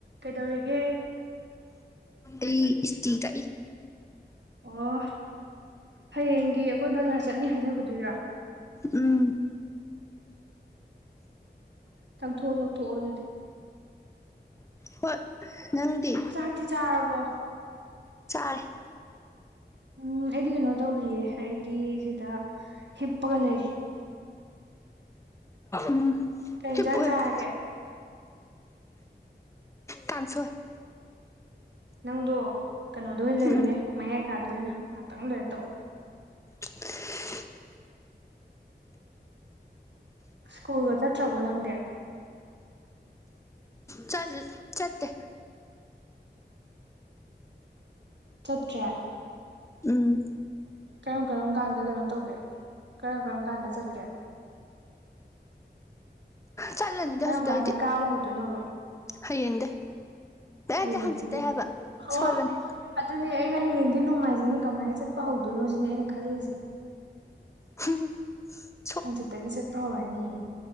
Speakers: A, on the right (about 75°); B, on the left (about 15°).
A: ꯀꯩꯗꯧꯔꯤꯒꯦ
B: ꯑꯩ ꯏꯁꯇꯤ ꯇ
A: ꯑꯣ ꯍꯌꯦꯡꯒꯤ ꯑꯩꯈꯣꯏ ꯕꯖꯥꯔ ꯆꯠꯅꯤ ꯍꯥꯏꯅꯕꯗꯨꯔꯥ
B: ꯎꯝ
A: ꯇꯛꯊꯣꯛꯑꯣ ꯇꯛꯊꯣꯛꯑꯣ ꯑꯗꯨꯗꯤ
B: ꯍꯣꯏ ꯅꯪꯗꯤ
A: ꯆꯥꯛꯇꯤ ꯆꯥꯔꯕꯣ
B: ꯆꯔꯦ
A: ꯎꯝ ꯑꯩꯗꯤ ꯀꯩꯅꯣ ꯇꯧꯔꯤꯌꯦ ꯑꯩꯗꯤ ꯁꯤꯗ ꯍꯤꯞꯄꯒ ꯂꯩꯔꯤ
B: ꯎꯝ
A: ꯀꯩ ꯌꯦꯟꯖꯥꯡ
B: ꯍꯤꯞꯄꯨ ꯍꯤꯞꯄꯨ
A: ꯆꯥꯔꯒꯦ
B: ꯀꯥꯡꯁꯣꯏ
A: ꯅꯪꯗꯣ ꯀꯩꯅꯣꯗ ꯑꯣꯏꯅ ꯂꯩꯔꯨꯅꯦ
B: ꯎꯝ
A: ꯃꯌꯥꯏ ꯀꯥꯗ ꯑꯣꯏꯅ ꯉꯥꯛꯇꯪ ꯂꯣꯏꯔ ꯇꯛꯎ
B: <unintelligible>
A: ꯁ꯭ꯀꯨꯜꯒ ꯆꯠꯇ꯭ꯔꯕꯣ ꯅꯪꯗꯤ
B: ꯆꯠ ꯆꯠꯇꯦ
A: ꯆꯠꯇ꯭ꯔꯦ
B: ꯎꯝ
A: ꯀꯔꯝ ꯀꯔꯝ ꯀꯥꯟꯗ ꯀꯩꯅꯣ ꯇꯧꯒꯦ ꯀꯔꯝ ꯀꯔꯝ ꯀꯥꯟꯗ ꯆꯠꯀꯦ
B: ꯆꯠꯂꯅꯤꯗ
A: ꯀꯔꯥꯝ
B: ꯍꯧꯖꯤꯛꯇꯩ
A: ꯀꯟꯗꯩꯩ
B: ꯑꯩꯗꯤ
A: ꯀꯥꯕꯥ ꯍꯧꯗꯨꯅꯣꯕꯥ
B: ꯍꯌꯦꯡꯗꯩ ꯑꯦ
A: ꯍꯌꯦꯗꯤ
B: ꯅꯠꯇꯦ ꯍꯪꯆꯤꯠꯇꯩ ꯍꯥꯏꯕ
A: ꯍ
B: ꯁꯣꯏꯕꯅꯦ
A: ꯑꯗꯨꯅꯦ ꯑꯩꯅ ꯍꯌꯦꯡꯗꯤ ꯅꯣꯡꯃꯥꯏꯖꯤꯡꯅꯤ ꯀꯃꯥꯏꯅ ꯆꯠꯄ ꯍꯧꯗꯣꯏꯅꯣ ꯁꯤꯅꯦ ꯑꯩꯅ ꯈꯜꯂꯤꯁꯦ
B: ꯍꯨꯝ ꯍꯨꯃ
A: ꯍꯪ ꯆꯤꯠꯇꯒꯤ ꯆꯠꯄ ꯍꯧꯔꯅꯤꯌꯦ